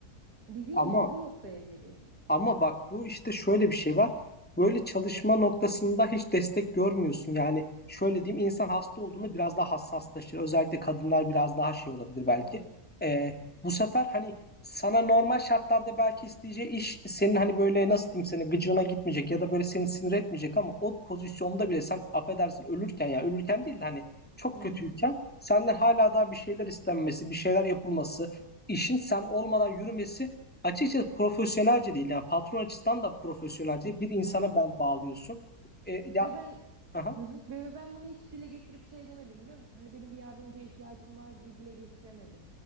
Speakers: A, on the right (about 85°); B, in the centre.
A: Dediğin
B: Ama
A: gibi bu noktaya geliyor.
B: Ama bak bu işte şöyle bir şey var. Böyle çalışma noktasında hiç destek görmüyorsun. Yani şöyle diyeyim insan hasta olduğunda biraz daha hassaslaşır. Özellikle kadınlar biraz daha şey olabilir
A: Evet.
B: belki. Ee, bu sefer hani sana normal şartlarda belki isteyeceği iş senin hani böyle nasıl diyeyim sana gıcığına gitmeyecek ya da böyle seni sinir etmeyecek ama o pozisyonda bile sen affedersin ölürken ya ölürken değil de hani çok
A: Hı
B: kötüyken
A: hı.
B: senden hala daha bir şeyler istenmesi, bir şeyler yapılması, işin sen olmadan yürümesi Açıkçası profesyonelce değil. Yani patron açısından da profesyonelce değil. Bir insana
A: Hmm.
B: bel bağlıyorsun. E, ya
A: Ve ben
B: aha.
A: Hı hı. ve ve ben bunu hiç dile getirip şey demedim biliyor musun? Hani benim bir yardımcıya ihtiyacım var diye dile getiremedim.